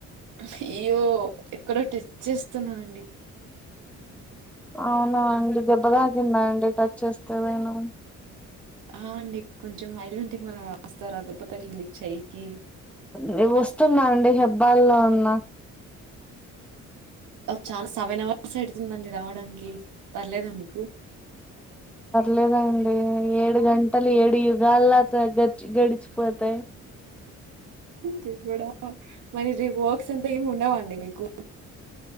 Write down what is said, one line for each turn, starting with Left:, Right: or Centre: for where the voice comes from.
Right: అయ్యో ఎక్కడో టచ్ చేస్తున్నండి
Centre: అవునా అండి దెబ్బ తాగిందా అండి టచ్ చేస్తే నేను
Right: ఆ అండి కొంచెం మైల్ే మనం రాస్తారా దెబ్బ తగిలింది చేయికి
Centre: నేను వస్తున్నా అండి హెబ్బాల్లో ఉన్న
Right: చానా సెవెన్ అవర్స్ అడుతుందండి రావడానికి పర్లేదా మీకు
Centre: లేదండి ఏడు గంటలు ఏడు యుగాల్లో చ గ గడిచిపోతాయి
Right: దేవుడా మరి రేపు వర్క్స్ అంతా ఏమి ఉండవండి మీకు